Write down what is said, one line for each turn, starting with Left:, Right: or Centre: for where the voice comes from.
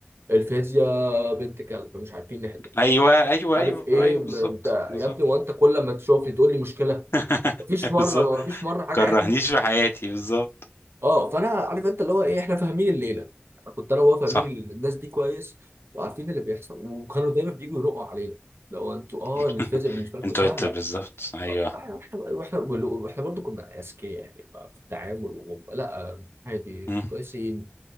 Right: الفيزياء بنت كلب مش عارفين نحلها
Left: ايوه ايوه
Right: عارف
Left: ايوه
Right: ايه
Left: ايوه
Right: ب-
Left: بالظبط
Right: ده
Left: بالظبط
Right: يا ابني وانت كل ما تشوفني تقول لي مشكله
Left: <laughs>
Right: مفيش مره
Left: بالظبط
Right: ما مفيش مره حاجه
Left: كرهنيش
Right: عدله
Left: في حياتي بالظبط
Right: اه فانا عارف انت اللي هو ايه احنا فاهمين الليله كنت انا وهو فاهمين
Left: صح
Right: الناس دي كويس وعارفين اللي بيحصل وكانوا دايما بييجوا يرقوا علينا لو انتوا اه
Left: <laughs>
Right: الفيزياء بالنسبه لكم
Left: انت
Right: سهله
Left: قلت بالظبط ايوه
Right: آه، واحنا واحنا واحنا برضه كنا اذكياء يعني بقى في التعامل و... لا آه، عادي
Left: مم.
Right: كويسين